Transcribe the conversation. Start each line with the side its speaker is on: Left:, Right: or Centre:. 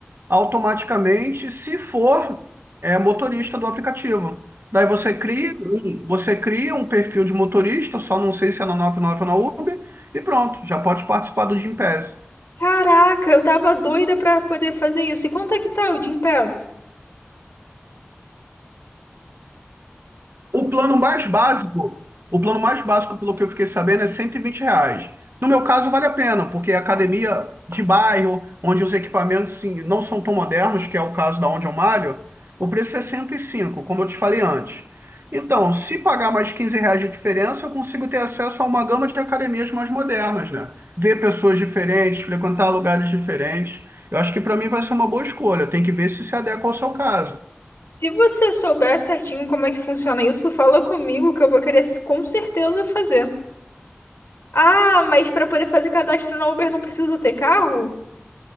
Right: automaticamente se for é, motorista do aplicativo. Daí você cria, um, você cria um perfil de motorista, só não sei se é na 99 ou na Uber, e pronto, já pode participar do Gympass.
Left: Caraca, eu tava doida pra poder fazer isso. E quanto é que tá o Gympass?
Right: O plano mais básico, o plano mais básico, pelo que eu fiquei sabendo, é 120 reais. No meu caso, vale a pena, porque é academia de bairro, onde os equipamentos sim, não são tão modernos, que é o caso da onde eu malho, o preço é 105, como eu te falei antes. Então, se pagar mais 15 reais de diferença, eu consigo ter acesso a uma gama de academias mais modernas, né? Ver pessoas diferentes, frequentar lugares diferentes. Eu acho que para mim vai ser uma boa escolha. Tem que ver se se adequa ao seu caso.
Left: Se você souber certinho como é que funciona isso, fala comigo que eu vou querer s- com certeza fazer. Ah, mas para poder fazer cadastro na Uber não precisa ter carro?